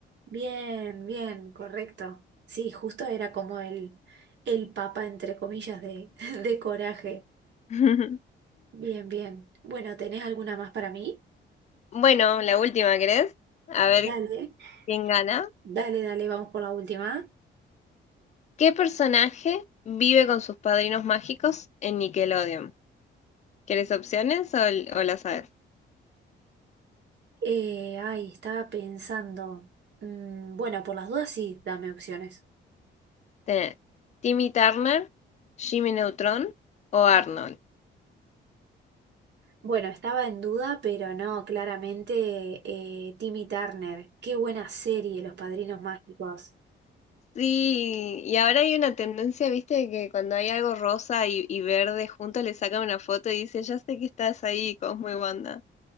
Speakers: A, on the right (about 60°); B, on the left (about 35°).
A: Bien, bien, correcto. Sí, Justo era como el, el papa, entre comillas, de, <laughs> de Coraje.
B: <laughs>
A: Bien, bien. Bueno, ¿tenés alguna más para mí?
B: Bueno, la última, ¿querés? A ver
A: Dale,
B: quién gana.
A: dale, dale, vamos por la última.
B: ¿Qué personaje vive con sus padrinos mágicos en Nickelodeon? ¿Quieres opciones o, l- o las sabes?
A: Eh, ay, estaba pensando. Mm, bueno, por las dudas sí, dame opciones.
B: Tenés Timmy Turner, Jimmy Neutron o Arnold.
A: Bueno, estaba en duda, pero no, claramente eh, Timmy Turner. Qué buena serie, Los Padrinos Mágicos.
B: Sí, y ahora hay una tendencia, viste, de que cuando hay algo rosa y, y verde juntos le sacan una foto y dicen, ya sé que estás ahí, Cosmo y Wanda.